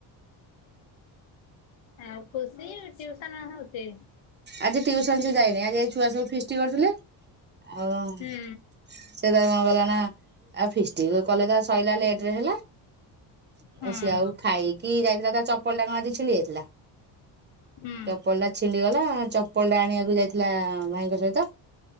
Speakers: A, on the left (about 75°); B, on the right (about 25°).
A: ଆଉ ଖୁସି ଟିଉସନ ହଉଛି।
B: ଆଜି ଟିଉସନ ସେ ଯାଇନି ଆଜି ଏ ଛୁଆ ସବୁ ଫିଷ୍ଟି କରୁଥିଲେ, ଆଉ
A: ହୁଁ
B: ସେ ତା କଣ କଲା ନା ଆ ଫିଷ୍ଟିକ କଲେ ତା ସଇଲା ଲେଟରେ ହେଲା। ଆଉ
A: ହୁଁ।
B: ସିଏ ଆଉ ଖାଇକି ଯାଇଥିଲା ତା ଚପଲ ଟା କଣ ଆଜି ଛିଣ୍ଡି ଯାଇଥିଲା।
A: ହୁଁ
B: ଚପଲ ଟା ଛିଣ୍ଡି ଗଲା ଚପଲ ଟା ଆଣିବାକୁ ଯାଇଥିଲା। ଭାଇଙ୍କ ସହିତ